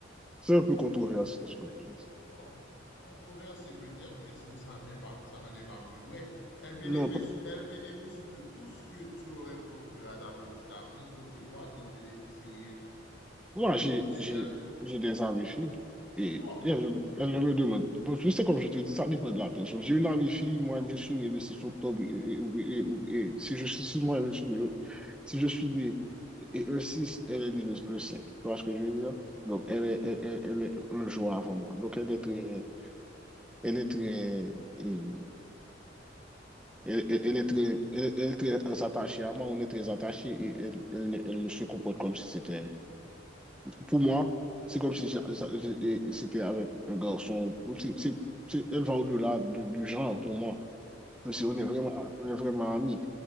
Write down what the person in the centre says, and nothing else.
c'est un peu controversé, ce que tu dis.
Non, pas-
moi,
j'ai,
j'ai,
j'ai des amis filles et
elles, ne- elles ne me demandent, bon, je sais comme je te dis, ça dépend de la personne. J'ai une amie fille, moi, je suis né le 6 octobre, et, et- et- et- et si je suis, si moi, je suis né, si je suis né Et e six elle est niveuse e cinq Tu vois ce que je veux dire? Donc, elle est, elle, elle- elle est un joueur avant moi. Donc, elle est très, elle est très, et- elle, elle- elle est très, elle, elle est très euh, attachée à moi. On est très attachés et elle, elle, elle se comporte comme si c'était, pour moi, c'est comme si j'a- ça- et- et c'était avec un garçon. C'est, c'est- c'est- elle va au-delà du, du genre pour moi. Même
si on est vraiment, on est vraiment amis.